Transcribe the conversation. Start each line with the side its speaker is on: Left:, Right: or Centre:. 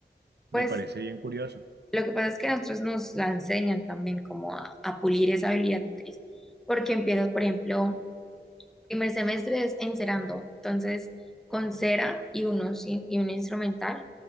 Right: me
Centre: Pues
Right: parece bien curioso.
Centre: lo que pasa es que a nosotros nos la enseñan también como a, a pulir esa habilidad motriz, porque empiezas, por ejemplo, Primer semestre es encerando, entonces con cera y, unos, in- y un instrumental